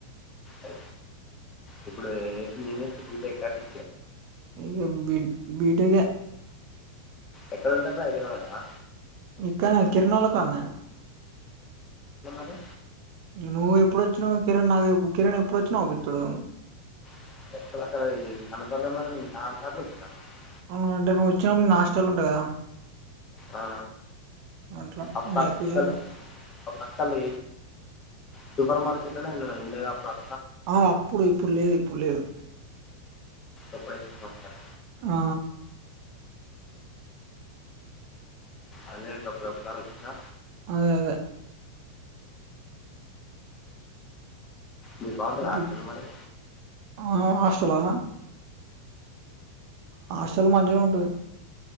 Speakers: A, on the left; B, on the right.
A: అ ఇప్పుడు నను పూతయి కటి
B: ఇక బడ్ బ్రేక్ ఏ
A: ఎక్కడ ఉంటారు ఎఐదు కావదా
B: ఇక్కనే కిరుణోల కాన్నే
A: అ
B: నువ్వు ఎప్పుడోచ్చినవో కిరణ్ నాకు కిరణ్ ఎప్పుడోచ్చినా అవుపిత్తడు
A: <unintelligible> <unintelligible>
B: అవున అంటే నువ్వు వచ్చినప్పుడు నేనాష్టల్లుంట గదా
A: ఆ,
B: అట్ల
A: అప్పుడు
B: నేనెక్కువ
A: అక్కలు
B: సేపు
A: అప్పుడు అక్కలు సూపర్ మార్కెట్ల నే ఎల్లలేదు ఉండేదే అక్క
B: ఆ అప్పుడు ఇప్పుడు లేదు ఇప్పుడు లేదు
A: అప్పుడు వచ్చిన ఒకసారి.
B: ఆ
A: అదే గప్పుడొక్కసారొచ్నా
B: అదదే
A: మీరు బాగుంటుంది
B: ఇప్పుడు
A: హాస్టల్ మరి
B: ఆ ఆ హాస్టలా హాస్టల్ మంచిగనే ఉంటది